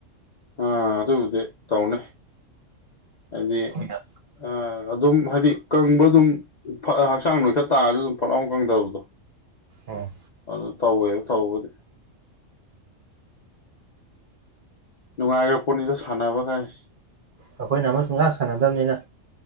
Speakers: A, on the left (about 45°); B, on the right (about 50°).
A: ꯑꯥ ꯑꯗꯨꯗꯤ ꯇꯧꯅꯤ ꯍꯥꯏꯗꯤ
B: ꯑꯩꯈꯣꯏꯅ
A: ꯑ ꯑꯗꯨꯝ ꯍꯥꯏꯗꯤ ꯀꯪꯕ ꯑꯗꯨꯝ ꯍꯛꯆꯥꯡ ꯅꯣꯏꯈꯠ ꯇꯥꯔꯖꯨ ꯑꯗꯨꯝ ꯐꯠ ꯂꯥꯎꯅ ꯀꯪꯗꯕꯗꯣ
B: ꯎꯝ
A: ꯑꯗꯨꯗ ꯇꯧꯋꯦ ꯇꯧꯕꯗ ꯅꯨꯡꯉꯥꯏꯈ꯭ꯔ ꯄꯣꯠꯅꯤꯗ ꯁꯥꯟꯅꯕꯒꯥꯏ
B: ꯑꯩꯈꯣꯏꯅ ꯑꯃ ꯁꯨꯡꯁꯥꯛ ꯁꯥꯟꯅꯗꯕꯅꯤꯅ